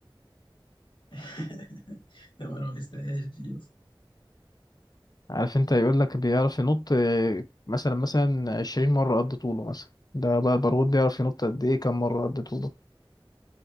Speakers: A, on the left (about 75°); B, on the left (about 50°).
A: <laughs> ده ما أنا ما قستهاش دي
B: عارف انت يقول لك بيعرف ينط آه، مثلا مثلا 20 مرة قد طوله مثلا ده بقى البارود بيعرف ينط قد ايه كم مرة قد طوله